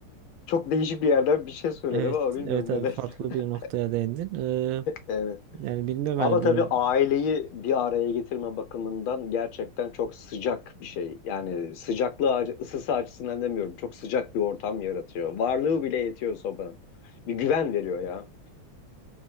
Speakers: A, on the left; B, on the right.
A: Çok değişik bir yerden bir şey söyledim
B: Evet,
A: ama bilmiyorum
B: evet abi
A: ne dersin.
B: farklı
A: <laughs>
B: bir noktaya değindin. Ee,
A: Evet.
B: yani bilmiyorum
A: Ama
B: hani
A: tabii
B: bunu
A: aileyi bir araya getirme bakımından gerçekten çok sıcak bir şey. Yani sıcaklığı, ac- ısısı açısından demiyorum. Çok sıcak bir ortam yaratıyor. Varlığı bile yetiyor sobanın. Bir güven veriyor ya.